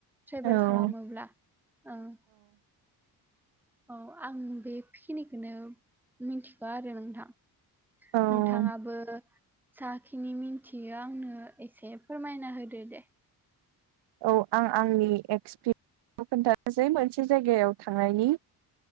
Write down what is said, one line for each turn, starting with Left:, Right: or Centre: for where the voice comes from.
Centre: ट्रेभेल
Right: औ
Centre: खालामोब्ला ओं। औ आं बेखिनिखोनो मिन्थिगो आरो नोंथां।
Right: औ
Centre: नोंथाङाबो साखिनि मिथियो आंनो एसे फोरमायना होदो दे।
Right: औ आं आंनि एक्सपि <inaudible> खोन्थानोसै मोनसे जायगायाव थांनायनि।